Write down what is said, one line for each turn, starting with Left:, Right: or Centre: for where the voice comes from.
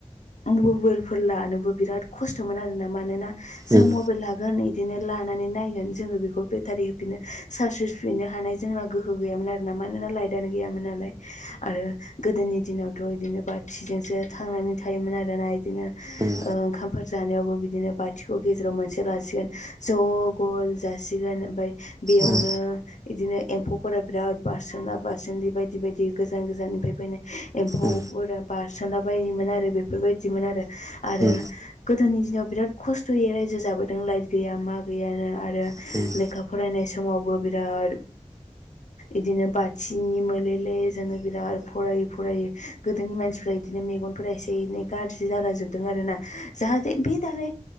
Left: मबेलफोर लानोबो बिराद खस्थ'मोन आरोना मानोना जों
Right: उम उम
Left: मबेल लाग्रा नै बिदिनो लानानै नायगोन जोङो बेखौ बेटारि होफिनो चार्ज होफिननो हानाय जोंना गो बो गैयामोन आरोना मानोना लाइटआनो गैयामोन नालाय आरो गोदोनि दिनावथ' इदिनो बाथिजोंसो थांनानै थायोमोन आरोना इदिनो
Right: उम
Left: ओ ओंखामफोर जानायावबो बिदिनो बाथिखौ गेजेराव मोनसे लासिगोन ज' गल जासिगोन ओमफाय बेयावनो
Right: उम
Left: इदिनो एम्फौफोरा बिराद बारसोमला बारसोमलि बायदि बायदि गोजान गोजाननिफ्राय बेनो एम्फौफोरा
Right: उम
Left: बारसोनला बायोमोन आरो बेफोरबायदिमोन आरो आरो
Right: उम
Left: गोदोनि दिनाव बिराद खस्थ'यै रायजो जाबोदों लाइट गैया मा गैयानो आरो
Right: उम
Left: लेखा फरायनाय समावबो बिराद इदिनो बाथिनि मोले ले जोनो बिराद फरायै फरायै गोदोनि मानसिफ्रा इदिनो मेगनफोरा एसे एनै गाज्रि जालांजोबदों आरोना जाहाथे बे दालाय